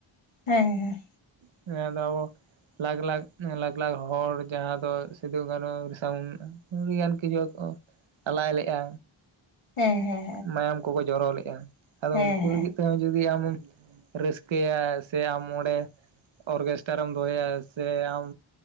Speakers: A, on the left; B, on the right.
A: ᱦᱮᱸᱻ
B: <unintelligible> ᱞᱟᱠᱷ ᱞᱟᱠᱷ ᱞᱟᱠᱷ ᱞᱟᱠᱷ ᱦᱚᱲ ᱡᱟᱦᱟᱸ ᱫᱚ ᱥᱤᱫᱩ ᱠᱟᱱᱩ ᱥᱟᱩᱱ ᱟᱹᱰᱤᱜᱟᱱ ᱠᱤᱪᱷᱩ ᱠᱚ ᱟᱞᱟᱭ ᱞᱮᱜᱼᱟ᱾
A: ᱦᱮᱸ ᱦᱮᱸ
B: ᱢᱟᱭᱟᱢ ᱠᱚᱠᱚ ᱡᱚᱨᱚ ᱞᱮᱫᱼᱟ ᱟᱫᱚ
A: ᱦᱮᱸ
B: ᱩᱱᱠᱩ
A: ᱦᱮᱸ
B: ᱞᱟᱹᱜᱤᱫ ᱛᱮ ᱡᱩᱫᱤ ᱟᱢᱮ ᱨᱟᱹᱥᱠᱟᱹᱭᱟ ᱥᱮ ᱟᱢ ᱚᱸᱰᱮ ᱚᱨᱜᱮᱥᱴᱟᱨᱮᱢ ᱫᱚᱦᱚᱭᱟ ᱥᱮ ᱟᱢ